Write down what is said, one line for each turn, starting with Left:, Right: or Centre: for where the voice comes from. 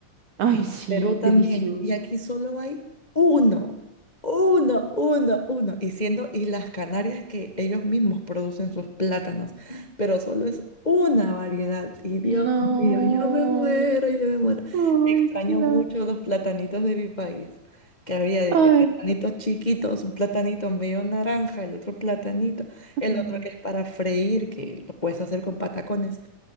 Right: ay, sí,
Left: Perú también.
Right: delicioso.
Left: Y aquí solo hay uno, uno, uno, uno. Y siendo Islas Canarias que ellos mismos producen sus plátanos, pero solo es una variedad. Y Dios
Right: No,
Left: mío, yo me muero, yo me muero.
Right: ay,
Left: Extraño
Right: claro,
Left: mucho los platanitos de mi país, que había desde
Right: ay.
Left: platanitos chiquitos, un platanito medio naranja, el otro platanito, el
Right: no.
Left: otro que es para freír, que lo puedes hacer con patacones.